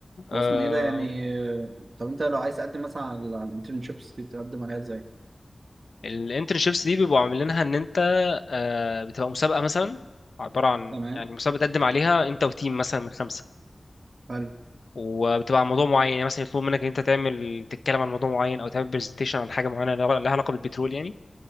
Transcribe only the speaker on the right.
واسمه ايه ده يعني آه، طب انت لو عايز تقدم مثلا على على الانترنشيبس دي بتقدم عليها ازاي
تمام
حلو